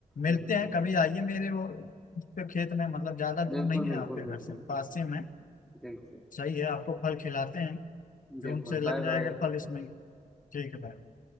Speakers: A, on the left; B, in the centre.
A: मिलते
B: बिल्कुल।
A: हैं कभी आइए मेरे वो उस पे खेत में मतलब ज्यादा दूर
B: बिल्कुल,
A: नहीं है
B: बिल्कुल,
A: आपके
B: बिल्कुल।
A: घर से पास ही में
B: बिल्कुल,
A: सही है आपको फल खिलाते हैं
B: बिल्कुल।
A: जून से लग
B: बाय-बाय।
A: जाएगा फल इसमें ठीक है भाई